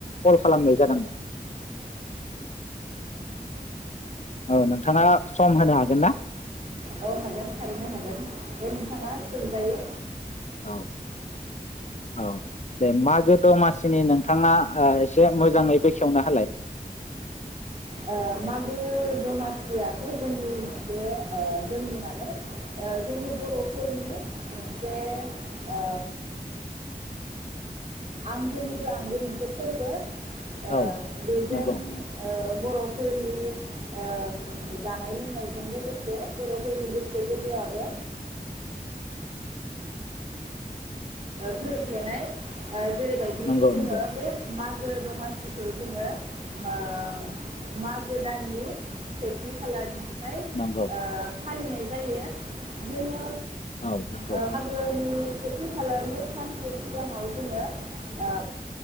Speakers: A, on the left (about 45°); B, on the right (about 45°).
A: कल खालामनाय जादोंमोन। औ नोंथाङा सम होनो हागोन ना?
B: औ हागोन थारैनो हागोन दे नोंथाङा सोंजायो।
A: औ औ दे मागो दमासिनि नोंथाङा ओ एसे मोजाङै बेखेवना होलाय।
B: ओ मागो दमासियाथ' जोंनि मोनसे जोंनि माने जोंनि बर'फोरनि मोनसे ओ आंगोनिबो आंगो मोनसे फोरबो। ओ
A: औ
B: बेजों
A: नंगौ
B: ओ बर'फोरनि नि ओ जानाय लोंनायजों लोगोसे बर'फोरनि गोसो गोरबोआबो गोरोबफ्लेनाय दा जेरैबायदि
A: नंगौ
B: जोङो
A: नंगौ
B: बे माग मागो दमासिखौ जोङो ओ मागो दाननि सेथि खालारनि ओमफ्राय ओ
A: नंगौ
B: फालिनाय जायो जोङो
A: औ नंगौ
B: ओ मागोनि सेथि खालारनि सान से सिगाङाव जोङो ओ